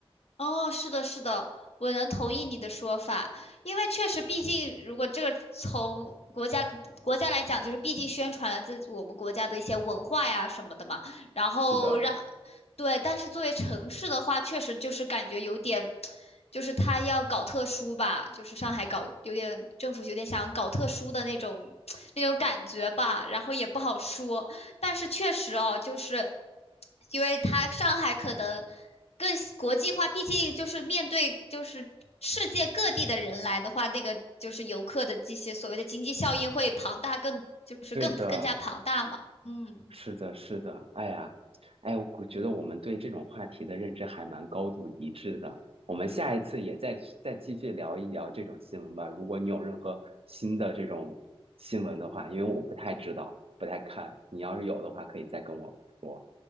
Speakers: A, on the left (about 80°); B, on the right (about 65°).
A: 哦，是的，是的，我能同意你的说法，因为确实，毕竟如果这个从国家国家来讲，就是毕竟宣传了自我们国家的一些文化呀什么的嘛，然后让，
B: 是的，
A: 对，但是作为城市的话，确实就是感觉有点，就是他要搞特殊吧，就是上海搞有点政府有点想搞特殊的那种 <tsk> 那种感觉吧，然后也不好说，但是确实哦，就是因为他上海可能。更国际化，毕竟就是面对就是世界各地的人来的话，那个就是游客的这些所谓的经济效应会庞大更，就是更更加庞大嘛。
B: 对的。
A: 嗯，
B: 是的，是的，哎呀，哎，我估觉得我们对这种话题的认知还蛮高度一致的。我们下一次也再去再继续聊一聊这种新闻吧。如果你有任何新的这种新闻的话，因为我不太知道，不太看，你要是有的话，可以再跟我说。